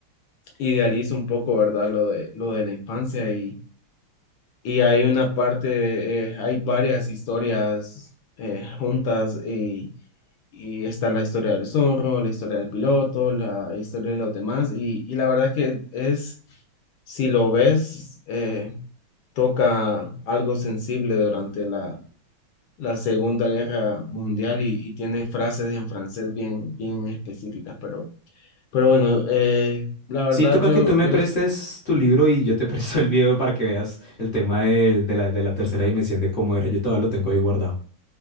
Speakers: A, on the left; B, on the left.
A: idealiza un poco, ¿verdad? Lo de, lo de la infancia y, y hay una parte, eh, hay varias historias eh, juntas y, y está la historia del zorro, la historia del piloto, la historia de los demás y, y la verdad que es, si lo ves, eh, toca algo sensible durante la, la Segunda Guerra Mundial y, y tiene frases en francés bien, bien específicas, pero... Pero bueno, eh, la verdad
B: Sí, toca
A: yo,
B: que tú
A: yo,
B: me prestes
A: Sí.
B: tu libro y yo te <laughs> presto el video para que veas el tema del- de la, de la tercera dimensión de cómo era. Yo todavía lo tengo ahí guardado.